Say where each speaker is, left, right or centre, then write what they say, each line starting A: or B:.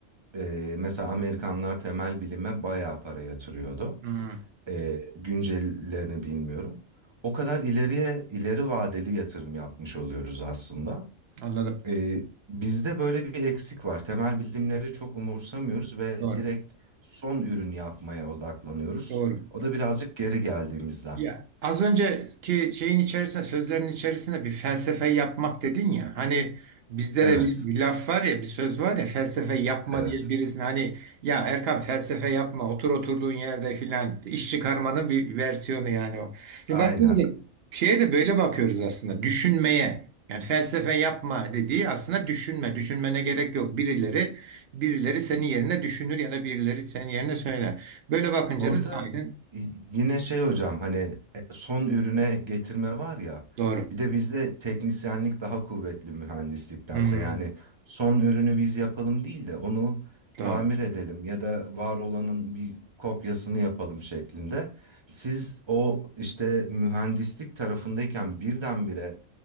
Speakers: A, on the right; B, on the right.
A: e, mesela Amerikanlar temel bilime bayağı para yatırıyordu
B: Hmm,
A: e, güncellerini bilmiyorum. O kadar ileriye ileri vadeli yatırım yapmış oluyoruz aslında.
B: anladım.
A: E, bizde böyle bir eksik var. Temel bilimleri çok umursamıyoruz ve
B: Doğru.
A: direkt son ürün yapmaya odaklanıyoruz.
B: Doğru.
A: O da birazcık geri geldiğimizden.
B: Ya az önceki şeyin içerisinde, sözlerin içerisinde bir felsefe yapmak dedin ya. Hani bizde
A: Evet,
B: de bir, bir laf var ya, bir söz var ya felsefe yapma
A: evet.
B: diye birisine hani ya Erkan felsefe yapma, otur oturduğun yerde filan iş çıkarmanın bir versiyonu yani o. Şimdi
A: Aynen.
B: baktığımızda şeye de böyle bakıyoruz aslında. Düşünmeye. Yani felsefe yapma dediği aslında düşünme. Düşünmene gerek yok. Birileri birileri senin yerine düşünür ya da birileri senin yerine söyler. Böyle bakınca
A: Orada
B: da sahiden
A: y- yine şey hocam hani e, son ürüne getirme var ya
B: doğru.
A: bir de bizde teknisyenlik daha kuvvetli mühendisliktense
B: Hmm.
A: yani son ürünü biz yapalım değil de onu tamir
B: Doğru,
A: edelim ya da var olanın bir kopyasını yapalım şeklinde. Siz o işte mühendislik tarafındayken birdenbire